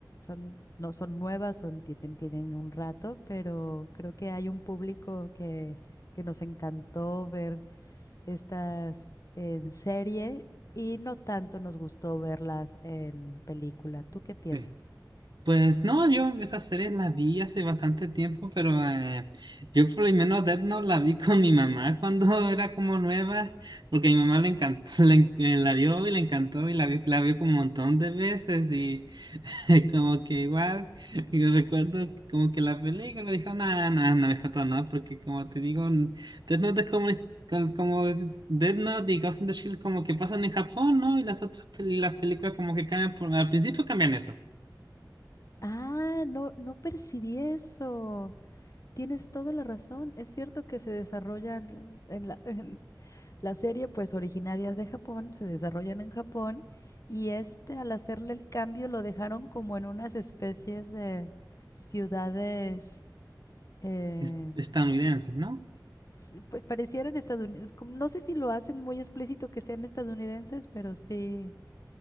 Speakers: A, on the left; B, on the right.
A: son, no son nuevas, son, tienen, tienen un rato, pero creo que hay un público que, que nos encantó ver estas en serie y no tanto nos gustó verlas en película. ¿Tú qué piensas?
B: Sí. Pues no, yo esa serie la vi hace bastante tiempo, pero eh, yo por lo menos Death Note la vi <laughs> con mi mamá cuando <laughs> era como nueva, porque a mi mamá le encantó, <laughs> le en- eh, la vio y le encantó y la vio, la vio como un montón de veces y <laughs> como que igual, yo recuerdo como que la película dijo, nada, nada, no, no, hijata, no, porque como te digo, n- Death Note es como... col- Como Death Note y Ghost in the Shield como que pasan en Japón, ¿no? Y las otras pel- las películas como que cambian por- al principio cambian eso.
A: Ah, no, no percibí eso. Tienes toda la razón. Es cierto que se desarrollan en la, <laughs> en la serie, pues originarias de Japón, se desarrollan en Japón y este al hacerle el cambio lo dejaron como en unas especies de ciudades, eh,
B: es- estadounidenses, ¿no?
A: sí, pues parecieran estadounidenses. No sé si lo hacen muy explícito que sean estadounidenses, pero sí.